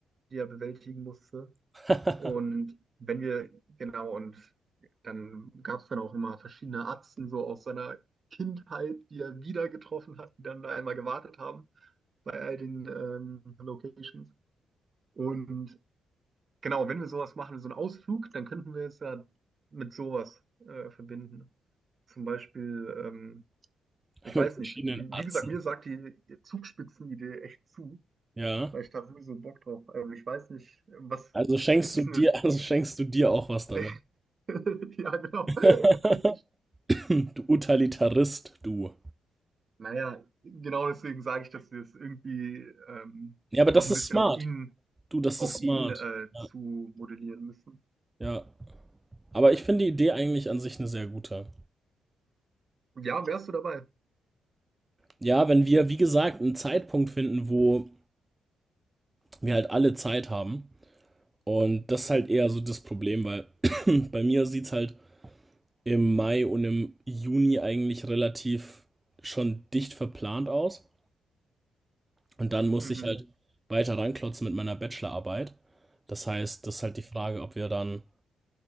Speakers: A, on the right; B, on the right.
A: die er bewältigen musste.
B: <laughs>
A: Und wenn wir, genau, und dann gab es dann auch immer verschiedene Atzen so aus seiner Kindheit, die er wieder getroffen hat, die dann da einmal gewartet haben bei all den ähm, Locations. Und genau, wenn wir sowas machen, so einen Ausflug, dann könnten wir es ja mit sowas äh, verbinden. Zum Beispiel, ähm, ich
B: Mit
A: weiß
B: verschiedenen
A: nicht, wie
B: Atzen.
A: gesagt, mir sagt die Zugspitzenidee echt zu,
B: Ja.
A: weil ich da sowieso Bock drauf. Also ich weiß nicht, was,
B: Also schenkst
A: ist es
B: du dir,
A: eine
B: <laughs> also schenkst du dir auch was damit.
A: <laughs> <laughs> Ja, genau.
B: <laughs>
A: <laughs> Eigentlich.
B: Du Utilitarist, du.
A: Naja, genau deswegen sage ich, dass wir es irgendwie ähm,
B: Ja, aber das
A: noch ein
B: ist
A: bisschen
B: smart.
A: auf ihn,
B: Du, das
A: auf
B: ist smart.
A: ihn äh,
B: Ja.
A: zu modellieren müssen.
B: Ja. Aber ich finde die Idee eigentlich an sich eine sehr gute.
A: Ja, wärst du dabei?
B: Ja, wenn wir, wie gesagt, einen Zeitpunkt finden, wo wir halt alle Zeit haben. Und das ist halt eher so das Problem, weil <clears throat> bei mir sieht es halt im Mai und im Juni eigentlich relativ schon dicht verplant aus. Und dann muss
A: Mhm.
B: ich halt weiter ranklotzen mit meiner Bachelorarbeit. Das heißt, das ist halt die Frage, ob wir dann,